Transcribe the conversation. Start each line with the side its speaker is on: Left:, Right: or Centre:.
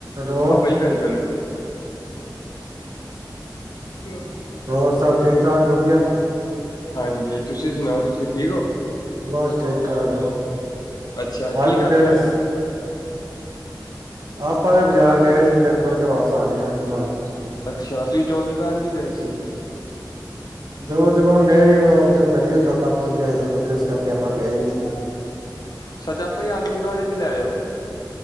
Right: Hello
Left: ਪਾਪਾ ਜੀ ਭੈਰੀ ਪੈਨੂੰ ਬਰਾ <unintelligible>
Right: ਹੋਰ ਸਭ ਠੀਕ ਠਾਕ ਵਧੀਆ
Left: ਹਾਂਜੀ ਤੁਸੀਂ ਸੁਣਾਓ ਤੁਸੀਂ ਠੀਕ ਹੋ
Right: ਬਸ ਠੀਕ ਠਾਕ
Left: ਅੱਛਾ
Right: ਬਾਜ
Left: ਕੀ ਕਰਕੇ
Right: ਫੇਰ
Left: ਆਏ ਹੋ
Right: ਆਪਾਂ ਤੇ ਬਾਜ਼ਾਰ ਗਏ ਸੀ ਫਿਰ ਤੁਰ ਕੇ ਵਾਪਸ ਆ ਗਏ ਆ ਘਮਾਣ ਨੂੰ
Left: ਅੱਛਾ ਤੁਸੀਂ ਜੋਤ ਗਾਨ ਵੀ ਗਏ ਸੀ
Right: ਜੋ ਜਗਾਉਣ ਗਏ ਸੀ ਉਹ ਉੱਥੇ ਪਹਿਲੇ ਵੀ ਛੋਟਾ ਪਹੁੰਚ ਗਿਆ ਸੀ ਫੇਿਰ ਉੱਥੇ ਇਸ ਕਰਕੇ ਆਪਾਂ ਗਏ ਹੀ ਨ
Left: ਸਜਾ ਭਾਈ ਆਲੂ ਬੁਖਾਰੇ ਵੀ ਲੈ ਆਓ